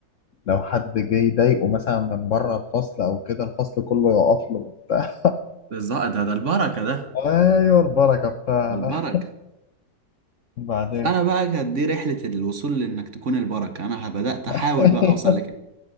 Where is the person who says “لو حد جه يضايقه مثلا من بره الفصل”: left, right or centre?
Left